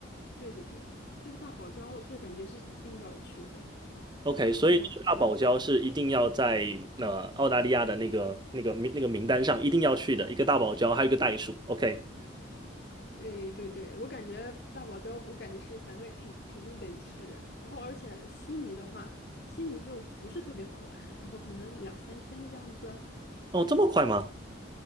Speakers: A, on the left; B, on the right.
A: 对对对，那个大堡礁就感觉是一定要去的。
B: OK，所以大堡礁是一定要在呃澳大利亚的那个那个名那个名单上一定要去的，
A: 然后。
B: 一个大堡礁，还有一个袋鼠。OK，
A: 对对对，我感觉大堡礁，我感觉是反正肯肯定得去。然后，而且悉尼的话，悉尼就不是特别好玩，然后可能两三天的样子。
B: 哦，这么快吗？